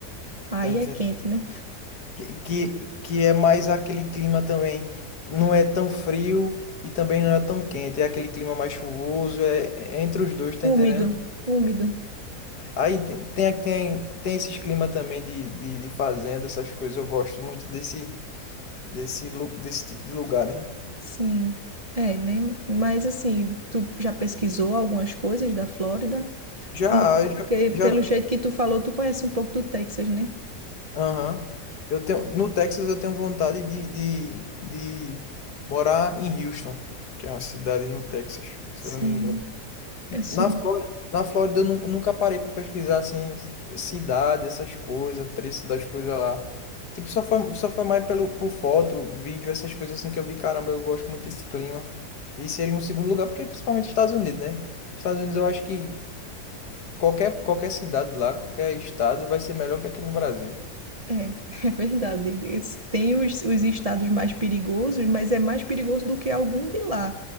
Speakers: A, on the right; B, on the left.
A: Aí
B: tá entendendo?
A: é quente, né?
B: Que, que, que é mais aquele clima também, não é tão frio e também não é tão quente, é aquele clima mais chuvoso, é, é entre os dois, tá entendendo?
A: Úmido, úmido.
B: Aí tem, tem, tem, tem esses clima também de, de, de fazenda, essas coisas. Eu gosto muito desse, desse, lu- desse tipo de lugar, né?
A: Sim. É, né? Mas assim, tu já pesquisou algumas coisas da Flórida?
B: Já,
A: Como
B: já,
A: porque pelo
B: já,
A: jeito que tu falou, tu conhece um pouco do Texas, né?
B: aham. Eu tenho, no Texas eu tenho vontade de, de, de morar em Houston, que é uma cidade no Texas, se
A: Sim,
B: eu não me engano.
A: é sim.
B: Na Flórida, na Flórida eu nun- nunca parei para pesquisar assim cidade, essas coisas, preço das coisas lá. Tipo, só foi, só foi mais pelo, por foto, vídeo, essas coisas assim que eu vi, caramba, eu gosto muito desse clima. E seria um segundo lugar, porque principalmente Estados Unidos, né? Estados Unidos, eu acho que qualquer, qualquer cidade lá, qualquer estado vai ser melhor que aqui no Brasil.
A: É, <laughs> é verdade. Esse- Tem os, os estados mais perigosos, mas é mais perigoso do que algum de lá.